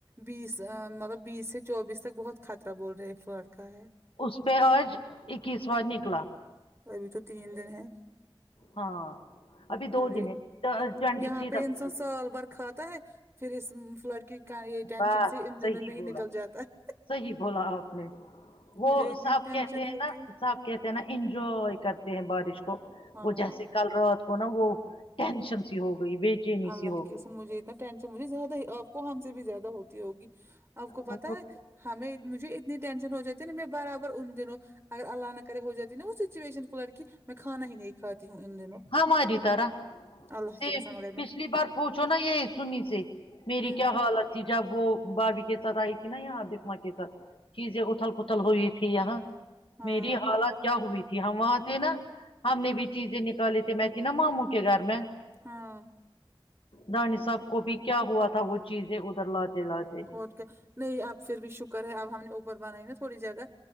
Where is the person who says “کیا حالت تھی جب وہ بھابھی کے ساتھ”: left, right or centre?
Left